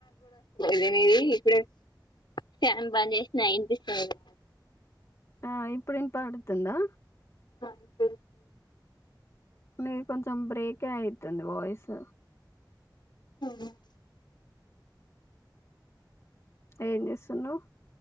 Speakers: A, on the left; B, on the left.
A: దే నీది ఇప్పుడే ఫ్యాన్ బంద్ చేసిన ఇనిపిస్తుంది
B: ఆ ఇప్పుడు వినపడుతుందా
A: <inaudible>
B: నిధి కొంచెం బ్రేకే అయితుంది వాయిస్.
A: <inaudible>
B: ఏం చేస్తున్నావ్